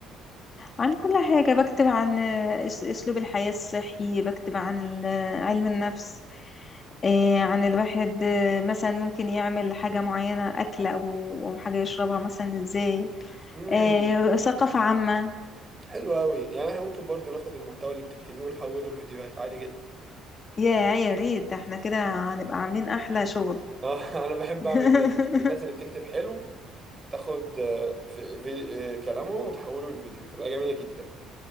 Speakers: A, on the left; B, on the right.
A: عن كل حاجة بكتب عن آه، أس- اسلوب الحياة الصحي بكتب عن ال- آه، علم النفس آه، عن الواحد آه، مثلا ممكن يعمل حاجة معينة أكل أو أو حاجة يشربها مثلا إزاي
B: بقى
A: آه، ثقافة عامة
B: حلو قوي يعني احنا ممكن برضو ناخد المحتوى اللي بتكتبيه ونحوله لفيديوهات عادي جدا
A: يا يا ريت ده احنا كده هنبقى عاملين أحلى شغل
B: اه <laughs> انا بحب
A: <laughs>
B: اعمل كده الناس اللي بتكتب حلو تاخد آه، في في آه، كلامهم وتحوله لفيديو تبقى جميلة جدا